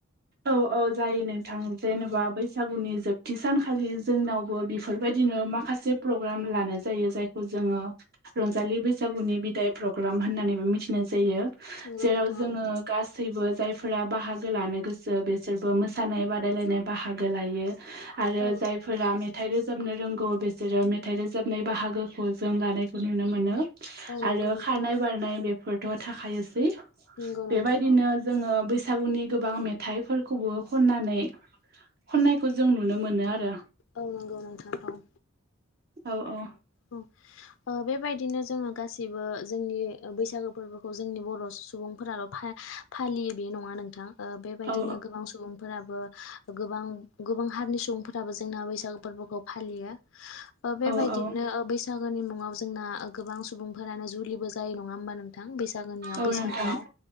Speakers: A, on the right; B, on the left.
A: औ औ जायो नोंथां जेनेबा बैसागुनि जोबथि सानखालि जोंनावबो बेफोरबायदिनो माखासे माखासे प्रग्राम लानाय जायो जायखौ जोङो रंजालि बैसागुनि बिदाय प्रग्राम होननानैबो मिथिनाय जायो
B: नंगौ
A: जेराव
B: नोंथां
A: जोङो
B: औ।
A: गासै गासैबो जायफोरा बाहागो लानो गोसो बेसोरबो मोसानाय बादायलायनाय बाहागो लायो आरो
B: औ नंगौ
A: जायफोरा
B: नोंथां
A: मेथाइ रोजाब बनो रोंगौ बिसोरो मेथाइ रोजाबनाय बाहागोखौ जों लानायखौ नुनो मोनो
B: औ नंगौ
A: आरो
B: नोंथां
A: खारनाय बारनाय बेफोरथ' थाखायोसै
B: नंगौ नोंथां
A: बेबायदिनो
B: औ
A: जोङो बैसागुनि गोबां मेथाइफोर खौबो खननानै खननायखौबौ जों नुनो मोनो आरो
B: औ नंगौ नोंथां औ
A: औ औ
B: औ बेबायदि बिदिनो जोङो गासैबो जोंनि बैसागो फोरबोखौ जोंनि बर' सुबुंफोराल' फा फालियो बे नङा नोंथां बेबायदिनो
A: औ
B: गोबां सुबुंफोराबो गोबां गोबां हारिनि सुबुं सुबुंफोराबो जोंना बैसागु फोरबोखौ फालियो बेबायदि
A: औ औ
B: नो बैसागोनि मुङाव जोंना गोबां सुबुंफोरानो जुलिबो जायो नङा होमबा नोंथां बैसाग
A: औ
B: बैसागोआव
A: नोंथां